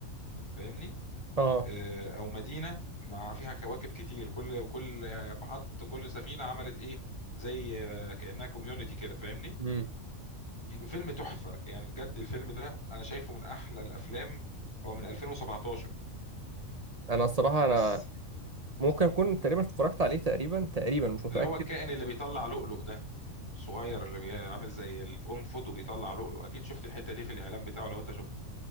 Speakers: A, on the left; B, on the right.
A: فاهمني
B: اه
A: آه، او مدينه مع فيها كواكب كتير كل كل يعني محط كل سفينه عملت ايه زي آه، كانها كوميونتي كده فاهمني
B: امم
A: يبقى فيلم تحفه يعني بجد الفيلم ده انا شايفه من احلى الافلام هو من 2017
B: أنا الصراحة
A: بس
B: أنا ممكن اكون تقريبا اتفرجت عليه تقريبا تقريبا مش متاكد
A: اللي هو الكائن اللي بيطلع لؤلؤ ده الصغير اللي بيعمل زي الانفود وبيطلع لؤلؤ اكيد شفت الحته دي في الاعلان بتاعه لو انت شفته